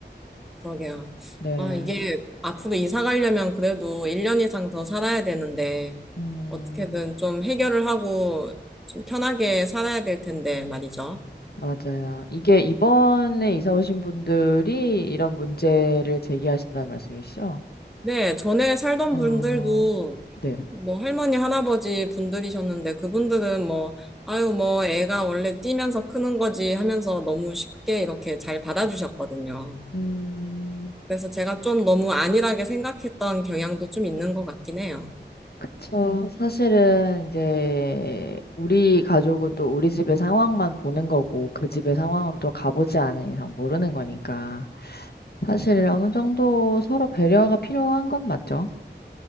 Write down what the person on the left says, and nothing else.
네.
음.
맞아요. 이게 이번에 이사 오신 분들이 이런 문제를 제기하신다는 말씀이시죠?
어,
네.
음,
그쵸. 사실은 이제 우리 가족은 또 우리 집의 상황만 보는 거고 그 집의 상황은 또 가보지 않은 이상 모르는 거니까 사실 어느 정도 서로 배려가 필요한 건 맞죠?